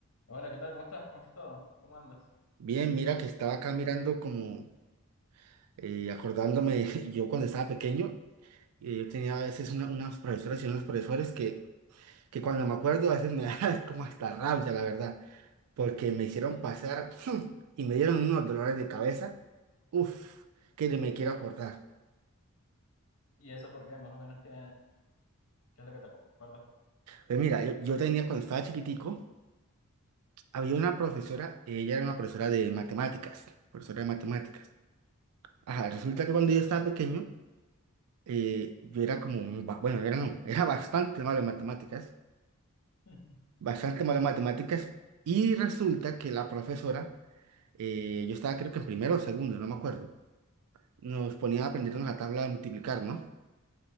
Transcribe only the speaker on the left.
Hola, ¿qué tal? ¿Cómo estás? ¿Cómo estás todo? ¿Cómo andas?
<laughs>
¿Y eso por qué? Más o menos, ¿qué, qué es lo que te acuerdas?
<laughs>